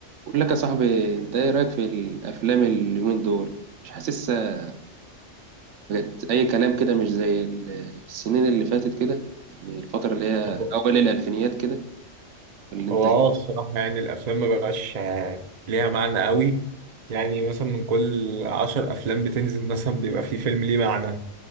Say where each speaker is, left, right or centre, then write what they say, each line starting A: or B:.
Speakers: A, on the right (about 70°); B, on the right (about 45°).
A: بقول لك يا صاحبي انت ايه رايك في الافلام اليومين دول مش حاسسها بقت اي كلام كده مش زي ال- السنين اللي فاتت كده يعني الفتره اللي هي
B: هو
A: اول الالفينيات كده والانتاج
B: هو اه الصراحة يعني الأفلام ما بقاش آه، ليها معنى قوي يعني مثلا من كل عشر أفلام بتنزل مثلا بيبقى فيه فيلم ليه معنى